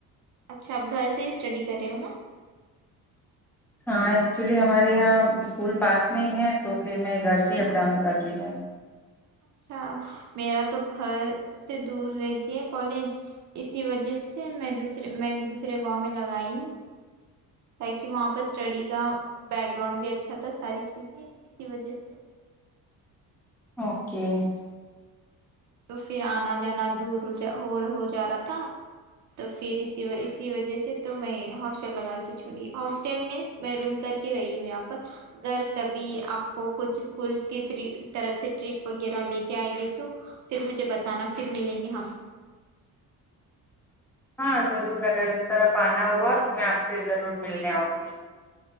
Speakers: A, on the right (about 50°); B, in the centre.
A: اچھا آپ گھر سے ہی اسٹڈی کر رہے ہو نا
B: ہاں ایکچولی ہمارے یہاں اسکول پاس میں ہی ہے تو پھر میں گھر سے اپ ڈاؤن کر رہ ہے <unintelligible>
A: اچھا میرا تو گھر سے دور رہتی ہے کالج اسی وجہ سے میں دوسرے میں دوسرے گاؤں میں لگئی ہوں تاکہ واپس اسٹڈی کا بیک گراؤنڈ بھی اچھا تھا ساری چیزیں اسی وجہ سے
B: اوکے <unintelligible>
A: تو پھر آنا جانا دور ہو جا رہا تھا تو پھر اسی اسی وجہ سے تو میں ہاسٹل لگا کے چھوڑی ہاسٹل میں میں روم کر کے رہی ہوں یہاں پر اگر کبھی آپ کو کچھ اسکول کے طرف سے ٹرپ وغیرہ لے کے آئے گئی تو پھر مجھے بتانا پھر ملیں گے ہم
B: ہاں ضرور اگر اس طرف آنا ہوا تو میں آپ سے ضرور ملنے آؤں گی